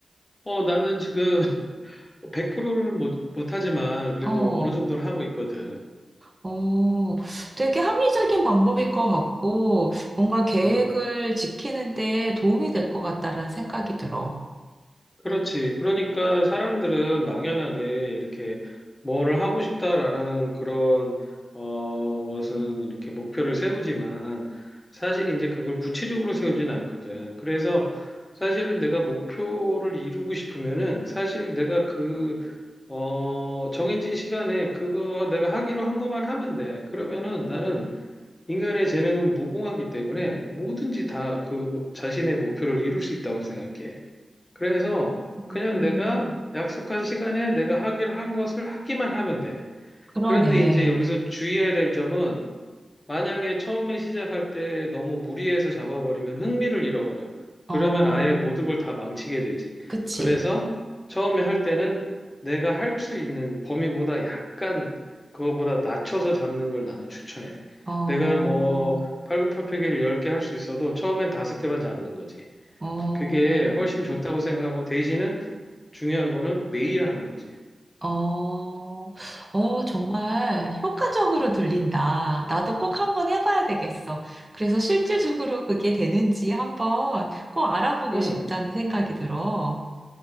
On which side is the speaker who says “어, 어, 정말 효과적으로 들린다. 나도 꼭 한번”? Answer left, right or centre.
Right